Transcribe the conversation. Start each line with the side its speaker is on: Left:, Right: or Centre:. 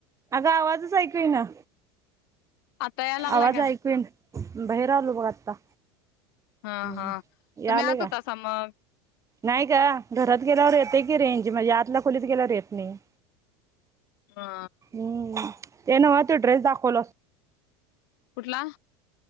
Right: अगं, आवाजच ऐकू येईना.
Left: आता याय लागलाय
Right: आवाज
Left: काय
Right: ऐकू ईना, बाहेर आलो बघ आता.
Left: हा,
Right: हम्म
Left: हा,
Right: यालय
Left: तुम्ही आत
Right: का
Left: होतासा मग,
Right: नाही ग, घरात गेल्यावर येते की रेंज, मजी आतल्या खोलीत गेल्यावर येत नाही.
Left: हा,
Right: हम्म, ते नव त्यो ड्रेस दाखवल
Left: कुठला?